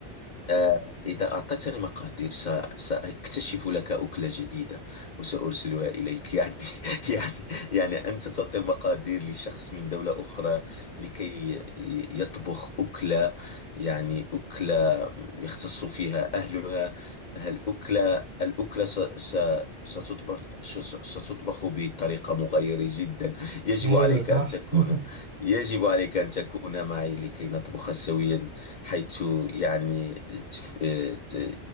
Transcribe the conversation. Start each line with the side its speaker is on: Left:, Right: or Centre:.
Left: آه، إذا أعطتني مقادير س- سأكتشف لك أكلة جديدة وسأرسلها إليك <laughs> يعني يعني يعني أنت تعطي مقادير لشخص من دولة أخرى لكي ي- يطبخ أكلة يعني أكلة يختص فيها أهلها هل أكلة الأكلة س- س- ستطبخ س- ستطبخ بطريقة مغايرة جدا يجب
Right: ايوه
Left: عليك
Right: صح
Left: أن تكون
Right: <laughs>
Left: يجب عليك أن تكون معي لكي نطبخ سويا حيث يعني تف- آه، ت-